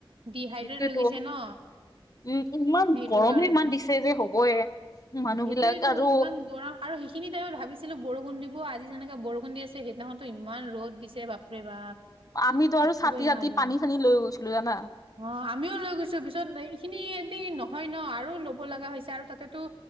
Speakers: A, on the right (about 80°); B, on the left (about 40°).
A: ডিহাইড্ৰেট
B: সেইটোয়েতো
A: হৈ গৈছে ন?
B: উম ইমান
A: সেইটো
B: গৰমে
A: কাৰণে।
B: ইমান দিছে যে হ'বয়ে। মানুহ
A: সেইটোৱেটো
B: বিলাক আৰু
A: ইমান গৰম আৰু সেইখিনি টাইমত ভাবিছিলো বৰষুণ দিব, আজি যেনেকে বৰষুণ দি আছিল। সেইদিনাখনতো ইমান ৰ'দ দিছে বাপৰে বাপ।
B: আমিটো
A: থাকিবই
B: আৰু চাতি-তাতি,
A: নোৱাৰিম।
B: পানী-চানি লৈ গৈছিলো জানা
A: অ আমিও লৈ গৈছো, পিছত এইখিনি এটি ন হয় ন আৰু ল'ব লগা হৈছে আৰু। তাতেতো